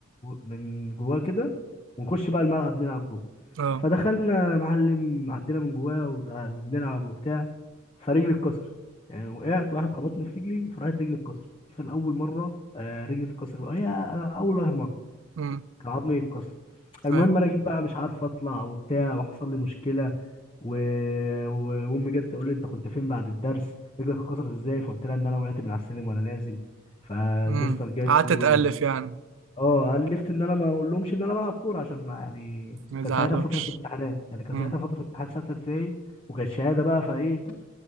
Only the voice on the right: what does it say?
اه
أمم.
أيوة.
أمم.
قعدت
تألف
يعني
ما يزعلوكش
أمم.